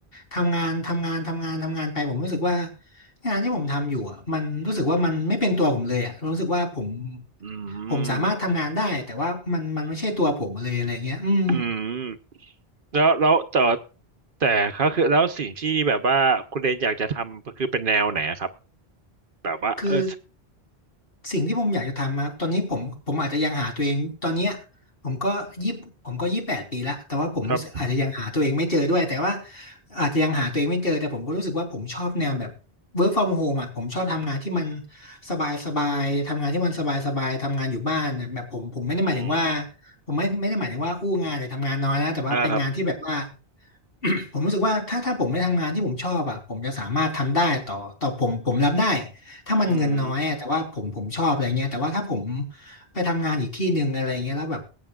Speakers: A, on the left (about 65°); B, on the right (about 60°).
A: ทำงานทำงานทำงานทำงานไปผมรู้สึกว่างานที่ผมทำอยู่อ่ะมันรู้สึกว่ามันไม่เป็นตัวผมเลยอ่ะรู้สึกว่าผม
B: อืม
A: ผมสามารถทำงานได้แต่ว่ามันมันไม่ใช่ตัวผมเลยอะไรเงี้ยอืม
B: อืมแล้วแล้วแต่แต่ก็คือแล้วสิ่งที่แบบว่าคุณเลนอยากจะทำก็คือเป็นแนวไหนอะครับแบบว่าเออ
A: คือสิ่งที่ผมอยากจะทำมาตอนนี้ผมผมอาจจะยังหาตัวเองตอนเนี้ยผมก็ยี่ผมก็ยี่แปดปีละแต่ว่าผมรู้สึกอาจจะยังหาตัวเองไม่เจอด้วยแต่ว่า
B: ครับ
A: อาจจะยังหาตัวเองไม่เจอแต่ผมก็รู้สึกว่าผมชอบแนวแบบ work from home อ่ะผมชอบทำงานที่มันสบายสบายทำงานที่มันสบายสบายทำงานอยู่บ้านน่ะแบบผมผมไม่ได้หมายถึงว่า
B: อืม
A: ผมไม่ไม่ได้หมายถึงว่าอู้งานหรือทำงานน้อยนะแต่ว่าเป็นงานที่แบบว่า
B: อ่าครับ
A: <coughs> ผมรู้สึกว่าถ้าถ้าผมไม่ทำงานที่ผมชอบอ่ะผมจะสามารถทำได้ต่อต่อผมผมรับได้ถ้ามันเงินน้อยอะแต่ว่าผมผมชอบอะไรเงี้ยแต่ว่าถ้าผม
B: อืม
A: ไปทำงานอีกที่หนึ่งอะไรเงี้ยแล้วแบบ